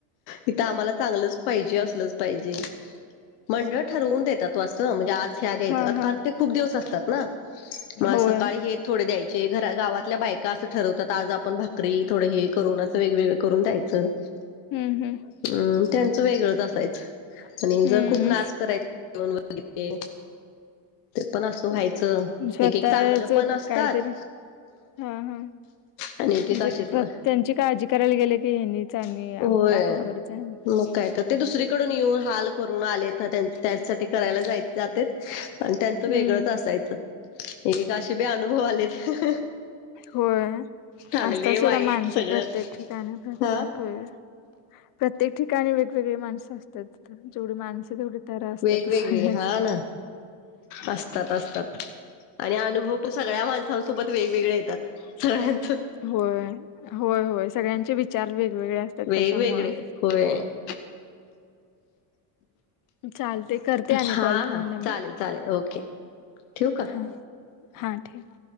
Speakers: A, on the left; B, on the left.
A: इथ आम्हाला चांगलंच पाहिजे असलंच पाहिजे मंडळ ठरवून देतात तो अस म्हणजे आज हया दयाच
B: हा
A: करण्
B: हा
A: ते खुप दिवस असतात न
B: होय
A: हे थोडे द्यायचे घरा गावातल्या बायका असं ठरवतात आज आपण भाकरी थोड हे करून असं हे वेगवेगळ करून द्यायचं
B: हम्म हम्म
A: अम् त्यांचं वेगळंच असायचं आणि
B: हम्म
A: जर खूप नाच करायच वगैरे पण अस व्हायच
B: हम्म स्वतःच
A: एक एक चांगलं पण असतात
B: काहीतरी हा हा
A: एक
B: म्हणजे
A: एक काशि
B: स्व
A: कवा
B: त्यांची काळजी करायला गेले की हेनीच आणि
A: होय.
B: आपल्यावरच आहे
A: मग काय तर ते दुसरीकडून येऊन हाल करून आले न त्यासाठी करायलाय जाय जातेत आणि त्यांचं
B: हम्म
A: वेगळंच असायचं एकीक अशे बी अनुभव आलेत
B: होय
A: चांगले
B: असता सुडा
A: वाईट
B: माणस
A: सगळं
B: प्रत्येक ठिकाणी प्रत्येक
A: हा
B: वेळी प्रत्येक ठिकाणी वेगवेगळी माणसं असतात जेवढी माणसं तेवढी तर असतात
A: वेगवेगळी
B: सगळ्यांची
A: हा ना असतात असतात आणि अनुभव पण सगळ्या माणसांसोबत वेगवेगळे येतात सगळ्यांच
B: होय होय होय सगळ्यांचे विचार वेगवेगळे असतात
A: वेगवेगळे
B: त्याच्यामुळं
A: होय
B: चालते करते आणि
A: हा
B: कॉल तुम्हाला
A: हा
B: मी
A: चालेल चालेल ओके ठेवू का
B: हा हा ठेव